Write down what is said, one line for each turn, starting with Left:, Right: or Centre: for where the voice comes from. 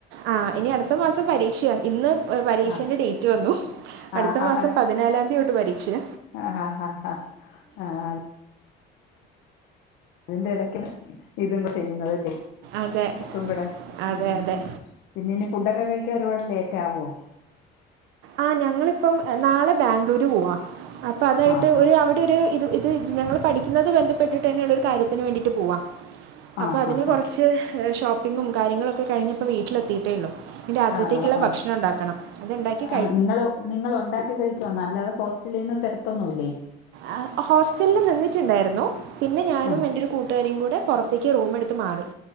Right: ആഹ് ഇനി അടുത്ത മാസം പരീക്ഷ ഇന്ന് പരീക്ഷന്റെ
Left: ആ
Right: ഡേറ്റ് വന്നു
Left: ആ
Right: അടുത്ത
Left: ആ
Right: മാസം പതിനാലാതി തൊട്ട് പരീക്ഷയ
Left: ആ ഹ ഹ ഹ ആഹ് അതിന്റെ ഇടയ്ക്കും ഇതും ചെയ്യുന്നതല്ലേ
Right: അതെ
Left: ക്കും കൂടെ
Right: അതെ
Left: ഉം
Right: അതെ
Left: ഉം പിന്നെനി ഫുഡൊക്കെ കഴിക്കാൻ ഒരുപാട് ലേറ്റ് ആവോ
Right: ആഹ് ഞങ്ങളിപ്പം നാളെ ബാംഗ്ലൂര് പോവാ അപ്പൊ അതായിട്ട്
Left: ആഹ്
Right: ഒരു അവിടെ ഒരു ഇത് ഇ ത് ഞങ്ങള് പഠിക്കുന്നത് ബന്ധപ്പെട്ടിട്ട് തന്നെ ഉള്ള ഒരു കാര്യത്തിന് വേണ്ടിയിട്ട് പോവാ അപ്പൊ
Left: ആഹ്
Right: അതിന്
Left: ആഹ് ആഹ്
Right: കൊറച്ച് ഷോപ്പിങ്ങും കാര്യങ്ങളൊക്കെ കഴിഞ്ഞിപ്പം വീട്ടിലെത്തി ട്ടേള്ളു ഇനി രാത്രിത്തേക്കുള്ള
Left: ആഹ് ആഹ് ആഹ്
Right: ഭക്ഷണണ്ടാക്കണം അത്ണ്ടാക്കി
Left: ആഹ് നിങ്ങള് നിങ്ങളുണ്ടാക്കി കഴിയ്ക്കുവാന്നൊ അല്ലാതെ ഹോസ്റ്റലീന്ന് തരത്തൊന്നൂല്ലേ
Right: അഹ് ഹോസ്റ്റൽല്ല് നിന്നിട്ടുണ്ടായിരുന്നു പിന്നെ ഞാനും
Left: ആഹ്
Right: എൻ്റൊരു കൂ ട്ടുകാരിം കൂടെ പൊറത്തേക്ക് റൂമെടുത്ത് മാറി